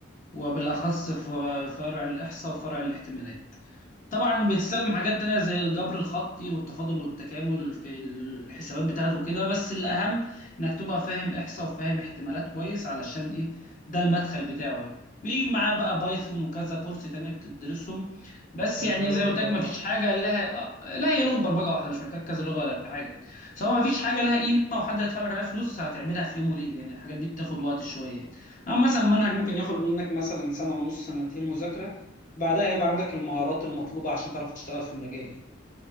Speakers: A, on the left; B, on the right.
A: وبالأخص في فرع الإحصاء وفرع الاحتمالات طبعا بيستخدم حاجات تانية زي الجبر الخطي والتفاضل والتكامل في الحسابات بتاعته كده بس الأهم إنك تبقى فاهم إحصاء وفاهم احتمالات كويس علشان إيه ده المدخل بتاعه يعني بيجي معاه بقى بايثون وكذا كورس تاني بتدرسهم بس
B: كذا
A: يعني
B: لغة
A: زي ما قلت
B: برمجة
A: لك مفيش حاجة لها لا هي لغة برمجة واحدة مش محتاج كذا لغة ولا حاجة يعني سواء مفيش حاجة لها قيمة وحد هيدفع لك عليها فلوس هتعملها في يوم وليلة يعني الحاجات دي بتاخد وقت شوية يعني أما مثلا منهج ممكن ياخد منك مثلا سنة ونص سنتين مذاكرة بعدها هيبقى عندك المهارات المطلوبة عشان تعرف تشتغل في المجال يعني